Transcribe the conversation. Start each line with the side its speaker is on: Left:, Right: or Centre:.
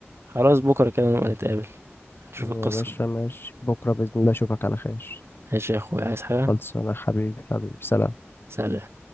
Right: خلاص بكرة كده نبقى نتقابل نشوف
Left: يا
Right: القصة
Left: باشا ماشي بكرة بإذن الله أشوفك على خير
Right: ماشي يا أخويا عايز حاجة؟
Left: خلص أنا حبيبي حبيبي سلام
Right: سلام